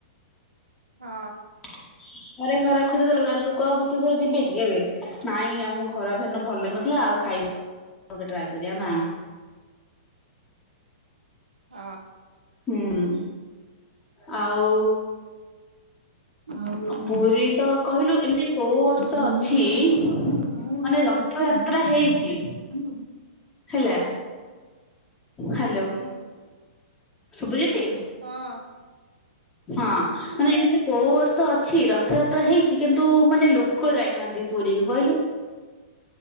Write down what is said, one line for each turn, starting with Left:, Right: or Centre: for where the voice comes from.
Right: ହଁ।
Left: ହୁଁ। ଥରେ ଖରାପ ଖାଦ୍ୟ ଦେଲେ ଲୋକ ଆଉ ଦିତିୟ ଥର ଯିବେ କି କେବେ ନାଇଁ ଆମକୁ ଖରାପ ହେ ଭଲ ଲାଗୁନଥିଲା ଆଉ ଖାଇବ। ଗୋଟେ ଟ୍ରାଇ କରିବା ନା।
Right: ହଁ।
Left: ହୁଁ ଆଉ
Right: ଆଉ
Left: ଆ ପୁରୀ ତ କହିଲୁ ଏମତି କୋଉ ବର୍ଷ
Right: ପୁରୀ
Left: ଅଛି
Right: ତ କହିଲୁ
Left: ମାନେ
Right: ମୁଁ ଶହେ ବର୍ଷ
Left: ର
Right: ଉଠିନି
Left: ରଥଯାତ୍ରା ହେଇଛି
Right: ହେଲା।
Left: ହେଲା ହାଲୋ
Right: ହୁଁ
Left: ଶୁଭୁଚିଟି।
Right: ହଁ
Left: ହଁ। ମାନେ ଏମିତି କୋଉ ବର୍ଷ ଅଛି ରଥଯାତ୍ରା ହେଇଛି କିନ୍ତୁ ମାନେ ଲୋକ ଯାଇନାହାନ୍ତି ପୁରୀକୁ କହିଲୁ?